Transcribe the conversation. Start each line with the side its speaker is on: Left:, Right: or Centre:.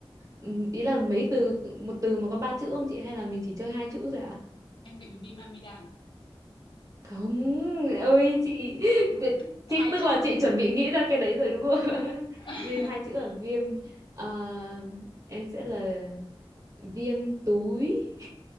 Right: ừm, ý là mấy từ một từ mà có ba chữ không chị hay là mình chỉ chơi hai chữ thôi ạ
Left: Em định viêm amidan à?
Right: không ơi chị
Left: Một,
Right: tuyệt-
Left: hai
Right: chị tức
Left: chữ.
Right: là chị chuẩn bị nghĩ ra cái đấy rồi đúng không <laughs>
Left: <laughs>
Right: viêm hai chữ là viêm ờ, em sẽ là viêm túi <laughs>